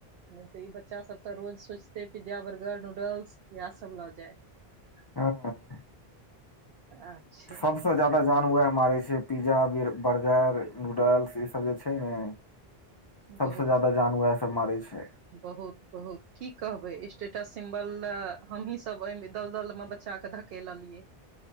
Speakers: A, on the right; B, on the left.
A: नहि तऽ ई बच्चा सब तऽ रोज सोचते पिज्जा बर्गर नूडल्स इएह सब लऽ जाय <inaudible>
B: हँ
A: आ छै
B: सब सबसँ जदाा जान वएह मारै छै पिज्जा बर्गर नूडल्स ई सब जे छै ने
A: <inaudible>
B: सबसँ
A: बहुत
B: ज्यादा जान वोइह सब मारै छै
A: बहुत बहुत की कहबे स्टेटस सिम्बल हमहीं सब एहि दलदल मे बच्चा के धक केल लियए